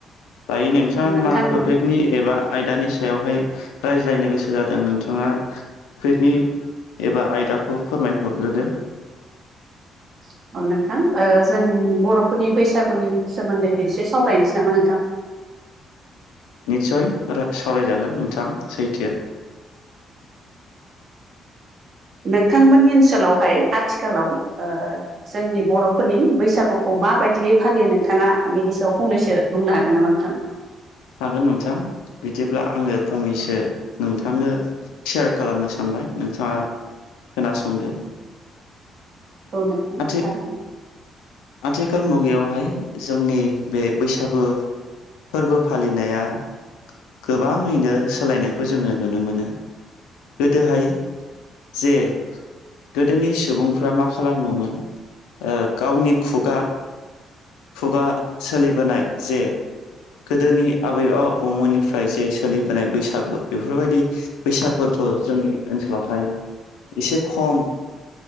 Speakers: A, on the left; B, on the right.
A: दायो
B: नोंथां
A: नोंथाङा
B: नोंथां
A: मा टपिकनि एबा आयदानिायाव सायावहाय रायज्लायनो गोसो जादों नोंथाङा बेफोरनि एबा आयदाखौ फोरमायहरग्रोदो
B: <inaudible> औ नोंथां ओ जों बर'फोरनि बैसागुनि सोमोन्दैनो एसे सावरायनोसै नामा नोंथां? <inaudible>
A: निस्सय सावरायजागोन नोंथां सैथो
B: नोंथांमोननि ओनसोलावहाय आथिखालाव ओ जोंनि बर'फोरनि बैसागुखौ माबायदि फालियो नोंथाङा बेनि सायाव फंनैसो बुंनो हागोन नामा नोंथां?
A: हागोन नोंथां बिदिब्ला आङो फंनैसो नोंथांनो सेयार खालामनो सानबाय नोंथाङा खोनासंदो
B: औ नोंथां
A: आथि
B: थारैनो
A: आथिखाल मुगायावहाय जोंनि बे बैसागु फोरबो फालिनाया गोबाङैनो सोलायनायखौ जोङो नुनो मोनो गोदोहाय जे गोदोनि सुबुंफ्रा मा खालामो दा गावनि खुगा खुगा सोलिबोनाय जे गोदोनि आबै आबौमोननिफ्राय जे सोलिबोनाय बैसागु बेफोरबायदि बैसागुवा जोंनि ओनसोलावहाय एसे खम